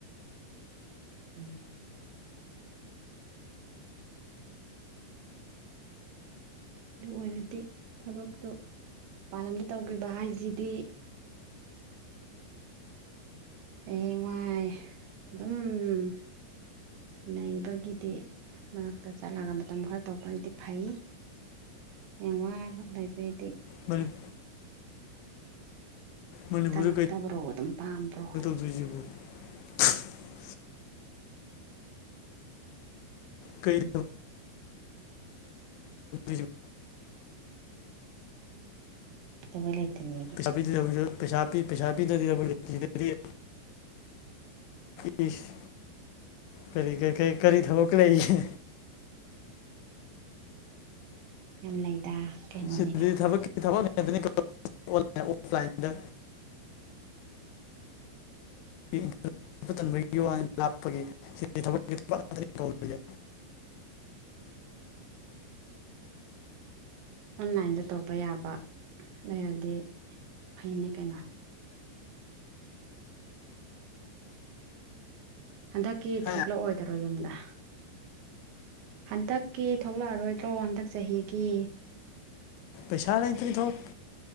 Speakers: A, on the right; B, on the left.
A: ꯎꯝ꯫ ꯑꯗꯨ ꯑꯣꯏꯔꯗꯤ ꯊꯕꯛꯇꯣ ꯃꯄꯥꯟ ꯂꯝꯗ ꯇꯧꯈꯤꯕ ꯍꯥꯏꯁꯤꯗꯤ ꯍꯌꯦꯡꯋꯥꯏ ꯑꯗꯨꯝ ꯅꯩꯕꯒꯤꯗꯤ ꯃꯔꯛꯇ ꯆꯠꯂꯒ ꯃꯇꯝ ꯈꯔ ꯇꯧꯕꯒꯤꯗꯤ ꯐꯩ꯫ ꯍꯌꯦꯡꯋꯥꯏ ꯂꯩꯕꯩꯗꯤ꯫
B: ꯃꯅꯤ ꯃꯅꯤꯄꯨꯔꯗ
A: ꯇꯜꯂꯛꯇꯕ꯭ꯔꯣ
B: ꯀꯩ
A: ꯑꯗꯨꯝ ꯄꯥꯝꯕ꯭ꯔꯣ꯫
B: <unintelligible> ꯀꯩ
A: ꯎꯝ
B: <unintelligible>
A: ꯀꯩꯗꯧꯕꯩ ꯂꯩꯇꯅꯤ꯫
B: ꯄꯩꯁꯥꯄꯤꯗꯨ ꯊꯕꯛꯁꯨ ꯄꯩꯁꯥ ꯄꯩꯁꯥꯄꯤꯗꯗꯤ
A: ꯀꯩꯅꯣ
B: <unintelligible> ꯏꯁ ꯀꯔꯤ ꯀꯔꯤ ꯊꯕꯛ ꯂꯩꯒꯦ꯫
A: ꯌꯥꯝ ꯂꯩꯗ꯫ ꯀꯩꯅꯣꯅꯦ
B: ꯁꯤꯗꯗꯤ
A: ꯑꯦ
B: ꯊꯕꯛꯀꯤ ꯊꯕꯛ ꯉꯥꯛꯇꯅꯤ <unintelligible> ꯑꯣꯟꯂꯥꯏꯟ ꯑꯣꯐꯂꯥꯏꯟꯗ <unintelligible> ꯆꯠꯄ ꯇꯟꯕꯒꯤ ꯋꯥꯅꯤ ꯂꯥꯞꯄꯒꯤ ꯁꯤꯗꯗꯤ ꯊꯕꯛꯀꯤ ꯊꯕꯛ ꯉꯥꯛꯇꯅꯤ ꯀꯧꯔꯤꯁꯦ꯫
A: ꯑꯣꯟꯂꯥꯏꯟꯗ ꯇꯧꯕ ꯌꯥꯕ ꯂꯩꯔꯗꯤ ꯐꯩꯅꯦ ꯀꯩꯅꯣ꯫ ꯍꯟꯗꯛꯀꯤ
B: ꯍꯥ
A: ꯊꯣꯛꯂꯛ ꯑꯣꯏꯗ꯭ꯔꯣ ꯌꯨꯝꯗ꯫ ꯍꯟꯗꯛꯀꯤ ꯊꯣꯛꯂꯛ ꯑꯔꯣꯏꯗ꯭ꯔꯣ ꯍꯟꯗꯛ ꯆꯍꯤꯒꯤ꯫
B: ꯄꯩꯁꯥ ꯂꯩꯇ꯭ꯔꯤ ꯊꯣꯛ